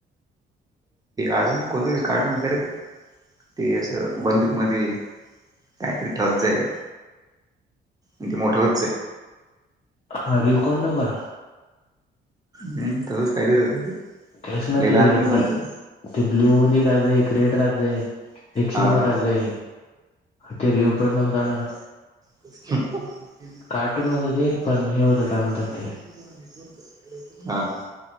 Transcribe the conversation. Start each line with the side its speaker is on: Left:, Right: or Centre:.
Right: अजून कोणत कार्टून वगैरे. ते असं बंदुकमध्येध्ये काहीतरी ठेवत जाय. मग ते मोठं होत जा.
Left: ह रेव कोणड का?
Right: नाही तसंच काहीतरी होत
Left: तेच ना
Right: लहानपणी
Left: ते
Right: पाहाच जाय.
Left: ते ब्लू आणि राज आहे एक रेड राज आहे एक
Right: हा
Left: हिरवा राज आहे. ते रिूकड नव होता ना.
Right: ह <unintelligible>
Left: कार्टून होत ते पण हे होतं काय म्हणतात ते
Right: हा हा